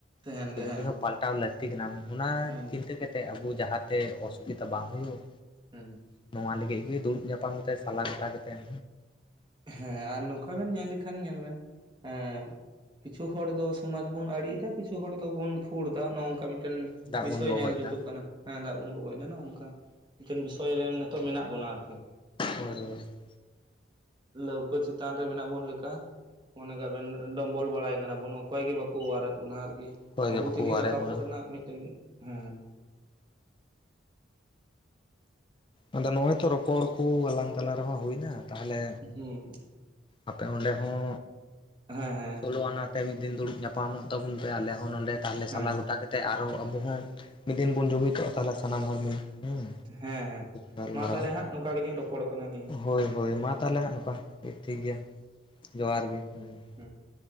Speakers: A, on the right; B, on the left.
A: ᱛᱟᱦᱮᱱ
B: ᱠᱤᱱᱛᱩ
A: ᱜᱮᱭᱟ
B: ᱩᱱᱤ
A: ᱦᱮᱸ
B: ᱦᱚᱸ ᱯᱟᱞᱴᱟᱣ ᱞᱟᱹᱠᱛᱤ ᱠᱟᱱᱟ᱾ ᱚᱱᱟ
A: ᱦᱩᱸ
B: ᱪᱤᱱᱛᱟᱹ ᱠᱟᱛᱮ ᱛᱮ ᱟᱵᱚ ᱡᱟᱦᱟᱸᱛᱮ ᱚᱥᱩᱵᱤᱫᱷᱟ ᱵᱟᱝ ᱦᱳᱭᱳᱜ
A: ᱦᱮᱸ।
B: ᱱᱚᱣᱟ ᱞᱟᱹᱜᱤᱫ ᱜᱮ ᱫᱩᱲᱩᱵ ᱧᱟᱯᱟᱢ ᱠᱟᱛᱮᱜ ᱥᱟᱞᱟ ᱜᱚᱴᱟ ᱠᱟᱛᱮᱱ
A: ᱦᱮᱸ ᱟᱨ ᱱᱚᱝᱠᱟ ᱵᱮᱱ ᱧᱮᱞ ᱞᱮᱠᱷᱟᱱ ᱧᱮᱞ ᱵᱮᱱ ᱦᱮᱸ ᱠᱤᱪᱷᱩ ᱦᱚᱲ ᱫᱚ ᱥᱚᱢᱟᱡ ᱵᱚᱱ ᱟᱲᱤᱭᱮᱫᱟ ᱠᱤᱪᱷᱩ ᱦᱚᱲ ᱫᱚᱵᱚᱱ ᱯᱷᱩᱲ ᱫᱟ, ᱱᱚᱜ ᱱᱚᱝᱠᱟ ᱢᱤᱫᱴᱮᱱ
B: ᱫᱟᱜ
A: ᱵᱤᱥᱚᱭ
B: ᱵᱚᱱ ᱜᱚᱜᱚᱡ
A: ᱧᱮᱞ
B: ᱮᱫᱟ
A: ᱡᱩᱛᱩᱜ ᱠᱟᱱᱟ᱾ ᱦᱮᱸ ᱫᱟᱜ ᱵᱚᱱ ᱵᱚᱜᱚᱭ ᱫᱟ ᱱᱚᱝᱠᱟ ᱢᱤᱫᱴᱮᱱ ᱵᱤᱥᱚᱭ ᱨᱮ ᱱᱤᱛᱚᱜ ᱢᱮᱱᱟᱜ ᱵᱚᱱᱟ ᱟᱨᱠᱤ
B: <inaudible>
A: ᱞᱟᱹᱣᱠᱟᱹ ᱪᱮᱛᱟᱱ ᱨᱮ ᱢᱮᱱᱟᱜ ᱵᱚᱱ ᱞᱮᱠᱟ, ᱢᱚᱱᱮ ᱠᱟᱜ ᱵᱮᱱ ᱰᱚᱵᱚᱞ ᱵᱟᱲᱟᱭ ᱠᱟᱱᱟ ᱵᱚᱱ ᱚᱠᱚᱭ ᱜᱮ ᱵᱟᱠᱚ ᱚᱣᱟᱨᱮᱫ ᱵᱚᱱᱟ ᱟᱨᱠᱤ
B: ᱚᱠᱚᱭ
A: ᱟᱵᱚ
B: ᱜᱮ ᱵᱟᱠᱚ
A: ᱛᱮᱜᱮ
B: ᱚᱣᱟᱨᱮᱫ
A: ᱨᱟᱠᱟᱵᱚᱜ
B: ᱵᱚᱱᱟ
A: ᱨᱮᱱᱟᱜ ᱢᱤᱫᱴᱮᱱ ᱦᱮᱸ
B: ᱟᱫᱚ ᱱᱚᱜᱼᱚᱭ ᱛᱚ ᱨᱚᱯᱚᱲ ᱠᱚ ᱟᱞᱟᱝ ᱛᱟᱞᱟ ᱨᱮᱦᱚᱸ ᱦᱩᱭ ᱱᱟ ᱛᱟᱦᱚᱞᱮ
A: ᱦᱩᱸ
B: ᱟᱯᱮ ᱚᱸᱰᱮ ᱦᱚᱸ
A: ᱦᱮᱸ ᱦᱮᱸ ᱾
B: ᱥᱳᱞᱳ ᱟᱱᱟ ᱛᱮ ᱢᱤᱫ ᱫᱤᱱ ᱫᱩᱲᱩᱵ ᱧᱟᱯᱟᱢᱚᱜ ᱛᱟᱵᱚᱱ ᱯᱮ, ᱟᱞᱮ ᱦᱚᱸ ᱱᱚᱰᱮ ᱛᱟᱦᱚᱞᱮ
A: ᱦᱮᱸ
B: ᱥᱟᱞᱟ ᱜᱚᱴᱟ
A: ᱦᱮᱸ
B: ᱜᱮ ᱛᱮᱜ ᱟᱨᱚ ᱟᱵᱚ ᱦᱚᱸ ᱢᱤᱫ ᱫᱤᱱ ᱵᱚᱱ ᱡᱩᱢᱤᱫᱚᱜᱼᱟ ᱛᱟᱦᱞᱮ ᱥᱟᱱᱟᱢ ᱦᱚᱲ ᱜᱮ ᱦᱩᱸ
A: ᱦᱮᱸ ᱦᱮᱸ
B: ᱜᱟᱞᱢᱟᱨᱟᱣᱟ
A: ᱢᱟ ᱛᱟᱦᱚᱞᱮ ᱦᱟᱸᱜ ᱱᱚᱝᱠᱟ ᱜᱮᱞᱤᱧ ᱨᱚᱯᱚᱲᱚᱜ ᱠᱟᱱᱟ ᱟᱹᱞᱤᱧ ᱦᱚᱸ
B: ᱦᱳᱭ ᱦᱳᱭ ᱢᱟ ᱛᱟᱦᱚᱞᱮ ᱦᱟᱸᱜ ᱱᱚᱠᱟ ᱴᱷᱤᱠ ᱜᱮᱭᱟ ᱡᱚᱦᱟᱨ ᱜᱮ ᱦᱮᱸ ᱾
A: ᱦᱮᱸ ᱾